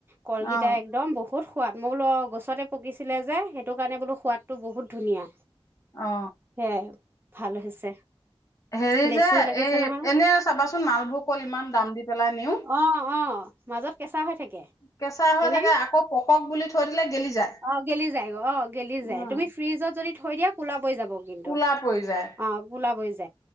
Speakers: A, on the right; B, on the left.
A: কলগিটা
B: অ',
A: একদম বহুত সোৱাদ মৌল গ গছতে পকিছিলে যে সেইটো কাৰণে বোলো সোৱাদটো বহুত ধুনীয়া
B: অ
A: সেয়াই ভাল হৈছে
B: হেৰি
A: লেচু
B: যে
A: লাগিছে
B: এই
A: নহয়
B: এনে চাবাচোন মালভোগ অ ইমান দাম দি পেলাই নিও
A: অ', অ', মাজত কেঁচা হৈ থাকে
B: কেঁচা হৈ
A: হয়নে?
B: থাকে আকৌ পকক বুলি থৈ দিলে গেলি যায়।
A: অ গেলি যায় অ গেলি
B: উম,
A: যায় তুমি ফ্ৰিজত যদি থৈ দিয়া কোলা যাব কিন্তু
B: কোলা পৰি যায়।
A: অ গোলাব হৈ য স